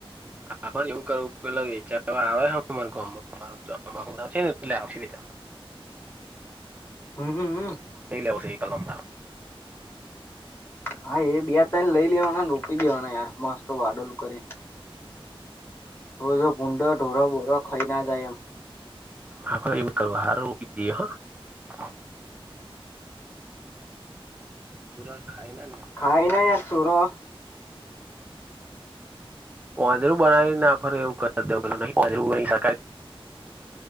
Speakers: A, on the right; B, on the left.
A: <unintelligible>
B: <unintelligible>
A: <unintelligible>
B: હા એ બે તને લઈ લેવાના રૂપી દેવાના યાર મસ્ત વાડોલું કરી રોજો ભૂંડો ઢોરા બોરા ખાઈ ના જાય એમ
A: <unintelligible> ઢોરો ખાય ના ન
B: હા એના એ ઢોરો
A: પોંજરુ બનાવી ના ફરે એવું કર દવ <unintelligible>